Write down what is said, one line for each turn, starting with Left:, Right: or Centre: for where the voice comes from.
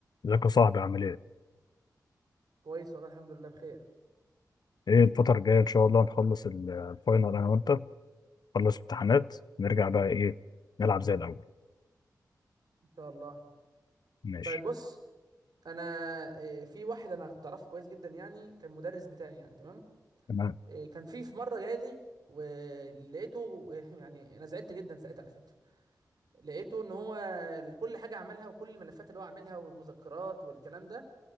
Left: ازيك يا صاحبي عامل ايه؟
Right: كويس والله الحمد لله بخير
Left: ايه الفترة الجاية ان شاء الله نخلص ال- الفاينل انا وانت نخلص امتحانات نرجع بقى ايه نلعب زي الاول
Right: ان شاء الله
Left: ماشي
Right: طيب بص انا إيه، في واحد انا كنت اعرفه كويس جدا يعني كان مدرس بتاعي يعني تمام
Left: تمام
Right: إيه، كان في في مره جاي لي ولقيته <laughs> يعني انا زعلت جدا ساعتها على فكره لقيته ان هو كل حاجه عملها وكل الملفات اللي هو عاملها والمذكرات والكلام ده